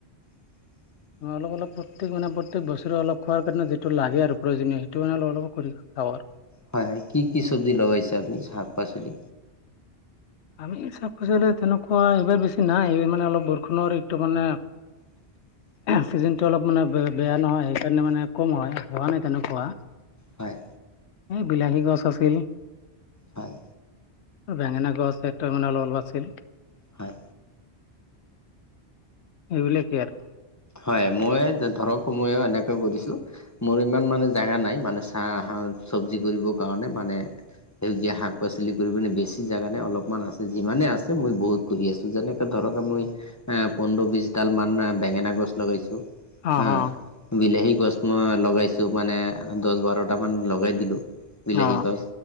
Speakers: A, on the left (about 20°); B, on the left (about 85°).
A: <inaudible>
B: অলপ অলপ প্ৰত্যেক মানে প্ৰত্যেক বছৰে অলপ খোৱাৰ কাৰণে যিটো লাগে আৰু প্ৰয়োজনীয় সেইটো কাৰণে ললোঁ। অলপ অলপ কৰি <unintelligible>
A: হয়-হয় কি কি চব্জি লগাইছা তুমি শাক পাচলি?
B: আমি শাক পাচলি তেনেকুৱা এইবাৰ বেছি নাই এইবাৰ মানে অলপ বৰষুণৰ এইটো মানে
A: <inaudible>
B: ছিজনটো অলপ মানে ব বেয়া নহয়। সেইকাৰণে মানে কম হয়। হোৱা নাই তেনেকুৱা।
A: হয়।
B: এই বিলাহী গছ আছিল।
A: হয়
B: বেঙেনা গছ। হেইটো মানে অলপ অলপ আছিল।
A: হয়
B: এইবিলাকেই আৰু
A: হয়, মই ধৰক মইয়ো এনেকে কৰিছোঁ। মোৰ ইমান মানে জেগা নাই। মানে চাহ চবজি কৰিবৰ কাৰণে মানে সেউজীয়া শাক পাচলি কৰিবলৈ বেছি জাগা নাই। অলপমান আছে। যিমানে আছে মই বহুত কৰি আছোঁ। যেনেকে ধৰক‌ মই এহ পোন্ধৰ বিশ ডাল মান বেঙেনা গছ লগাইছো।
B: অহ
A: হা
B: অহ
A: বিলাহী গছ মই লগাইছো। মানে দছ বাৰটা মান লগাই দিলোঁ। বিলাহী
B: অ অ
A: গছ।